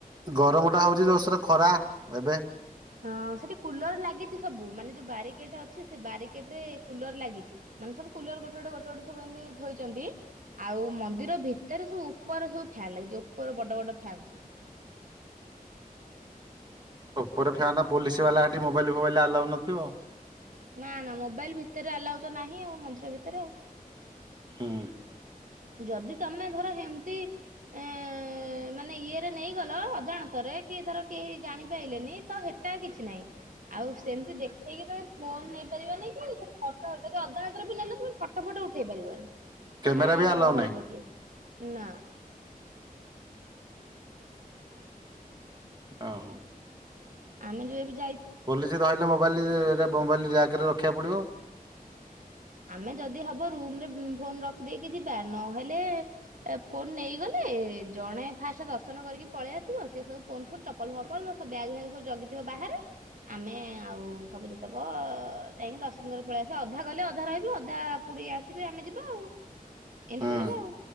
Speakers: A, on the right (about 30°); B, on the right (about 60°).
A: ଗରମ ଟା ହଉଛି ଜରସେ ଖରା ଏବେ?
B: ହଁ ସେଠି କୁଲର ଲାଗିଛି ସବୁ ମାନେ ଯୋଉ ବାରିକେଟ ଅଛି ସେ ବାରିକେଟ ରେ କୁଲର ଲାଗିଛି ମାନେ ସବୁ କୁଲର ଗୋଟେ ଗୋଟେ ଗୋଟେ ଗଟେ ସବୁ ଏମିତି ଥୋଇଛନ୍ତି। ଆଉ ମନ୍ଦିର ଭିତରେ ସବୁ ଉପର ସବୁ ଫ୍ୟନ୍ ଲାଗିଛି ଉପର ବଡ଼ ବଡ଼ ଫ୍ୟାନ ସବୁ।
A: ଉପରେ ଫାନ ପୋଲିସି ବାଲା ସେଠି ମୋବାଇଲ୍ ଫୋବାଇଲ୍ ଆଲାଉ ନଥିବ?
B: ନା ନା ମୋବାଇଲ୍ ଭିତରେ ଆଲାଉ ତ ନାହିଁ ଆଉ ମନ୍ଦିର ଭିତରେ ଆଉ।
A: ହୁଁ।
B: ଯଦି ତମେ ଧର ଏମତି ଏ ମାନେ ଇଏରେ ନେଇଗଲ ଅଜାଣତରେ କି ଧର କେହି ଜାଣିପାରଲେନି ତ ହେଟା କିଛି ନାହିଁ ଆଉ ସେମିତି ଦେଖେଇକି ତମେ ଫୋନ୍ ନେଇ ପାରିବନି କି ଅଦାର ବି ନେଲେ ଫଟ ଫଟ ଉଠେଇ ପାରିବନି।
A: କ୍ୟାମେରା
B: ଆ
A: ବି ଆଲାଉ
B: ତତେ ଧରି
A: ନାହିଁ?
B: ପକେଇବେ ନା।
A: ଓ ହୋ।
B: ଆମେ ଯୋଉ ଏ
A: ପୋଲିସ ଧରିଲେ ମୋବାଇଲ ମୋବାଇଲ ର୍ୟାଗରେ ରଖିବାକୁ ପଡ଼ିବ।
B: ଆମେ ଯଦି ହବ ରୁମ ରେ ଫୋନ୍ ରଖିଦେଇକି ଯିବା ନହେଲେ ଏ ଫୋନ ନେଇଗଲେ ଜଣେ ଫାଷ୍ଟ ଦର୍ଶନ କରିକି ପଳେଇ ଆସିବ ସେ ସବୁ ଫୋନ୍ ଫୋନ୍ ଚପଲ ଫପଲ ସବୁ ବ୍ୟାଗ ଫ୍ୟାଗ୍ ସବୁ ଜଗିଥିବ ବାହାରେ ଆମେ ଆଉ ସବୁ ଯେତେକ ଯାଇକି ଦର୍ଶନ କରି ପଳେଇ ଆସିବା ଅଧା ଗଲେ ଅ ଅଧା ରହିବେ ଅଧା ପୁଣି ଆସିବେ ଆମେ ଯିବା ଆଉ, ଏମିତି
A: ହୁଁ
B: କରିବା ଆଉ।